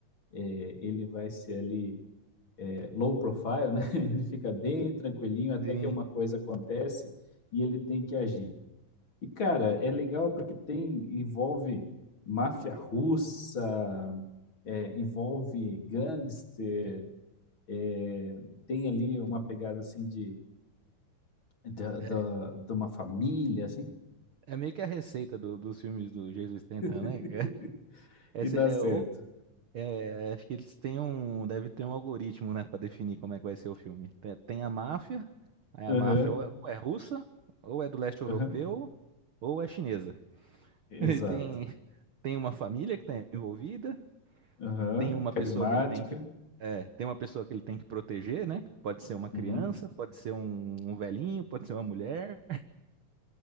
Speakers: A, on the left (about 35°); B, on the right (about 60°).
A: é, ele vai ser ali low profile, né? <laughs> Ele fica bem tranquilinho até
B: Sim.
A: que uma coisa acontece e ele tem que agir. E cara, é legal porque tem envolve máfia russa, é, envolve gangster, é, tem ali uma pegada assim de, da da-
B: É,
A: de uma família assim
B: é meio que a receita do- dos filmes do Jesus Statham,
A: <laughs>
B: né? <laughs> Esse
A: e dá
B: é,
A: certo.
B: o- é, acho que eles têm um, deve ter um algoritmo, né, pra definir como é que vai ser o filme. Tem, tem a máfia, aí
A: Aham,
B: a máfia ou é, ou é russa, ou é do leste
A: aham,
B: europeu, ou é chinesa. <laughs>
A: exato.
B: E tem, tem uma família que está envolvida,
A: Aham,
B: tem uma
A: carismática.
B: pessoa que ele tem que é, tem uma pessoa que ele tem que proteger, né? Pode ser uma criança,
A: Uhum.
B: pode ser um, um velhinho, pode ser uma mulher.